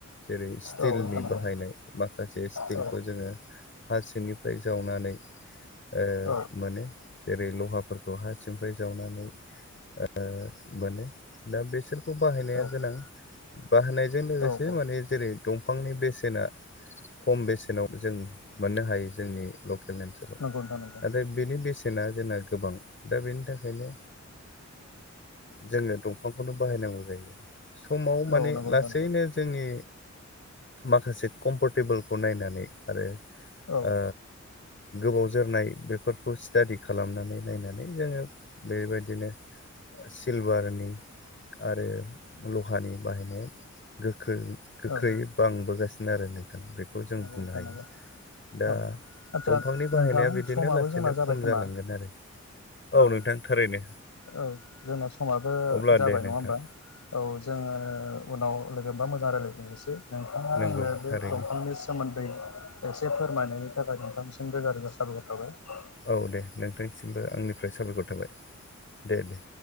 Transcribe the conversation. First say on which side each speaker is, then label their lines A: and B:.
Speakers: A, on the left (about 40°); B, on the left (about 70°).
A: जेरै स्टिलनि
B: औ नंगौ
A: बाहायनाय माखासे स्टिलखौ
B: औ
A: जोङो हार सिंनि। फ्राय जावनानै। ओ
B: औ
A: मोनो जेरै लहाफोरखौ हा सिंफ्राय जावनानै। ओ मोनो दा बेसोरखौ बाहायनाया
B: औ
A: गोनां। बाहायजों लोगोसे
B: औ औ
A: माने जेरै दंफां। बिफांनि बेसेना खम बेसेनाव जों मोननो हायो जोंनि लकेल। ओनसोलाव
B: नंगौ नोंथां नंगौ
A: नाथाय बेनि बेसेना जोंना गोबां दा बेनि थाखायनो। जोङो दंफांखौनो बाहायनांगौ जायो आरो सम। माने
B: औ नंगौ नोंथां
A: लासैनो
B: नंगौ
A: जोंनि। माखासे कम्फटेबोलखौ नायनानै आरो
B: औ
A: ओ। गोबाव जोरनाय बेफोरखौ स्टादि खालामनानै नायनानै जोङो बेबायदिनो। सिलभारनि आरो लहानि। बाहायनाया गोख्रं गोख्रैयै
B: औ
A: बांबोगासिनो आरो नों। बेखौ जों
B: नंगौ
A: बुंनो
B: नोंथां
A: हायो।
B: नंगौ
A: दा
B: औ आदसा
A: दंफांनि
B: नोंथां
A: बाहायनाया बिदिनो
B: समाबो
A: लासैनो
B: जोंना जाबाय
A: खम
B: खोमा
A: जालांगोन आरो।
B: औ
A: नोंथां थारैनो
B: औ जोंना समाबो
A: अब्ला
B: जाबाय
A: दे नोंथां
B: नङा होमबा। औ जोङो उनाव लोगोबा मोजां रायलायफिननोसै नोंथाङा
A: नंगौ
B: आंनो बे
A: थारैनो
B: दंफांनि। सोमोन्दै एसे फोरमायनायनि थाखाय नोंथांनिसिम रोजा रोजा साबायखर थाबाय।
A: औ दे नोंथांनिसिमबो आंनिफ्राय साबायखर थाबाय दे दे।